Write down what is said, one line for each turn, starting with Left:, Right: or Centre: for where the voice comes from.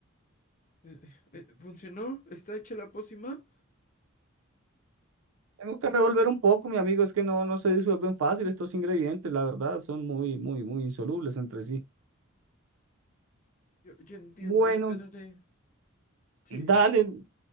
Left: Eh, eh, ¿funcionó? ¿Está hecha la pócima?
Right: Tengo que revolver un poco, mi amigo, es que no, no se disuelven fácil estos ingredientes, la verdad, son muy, muy, muy insolubles entre sí.
Left: Yo, yo entiendo,
Right: Bueno,
Left: esperaré. Sí.
Right: dale,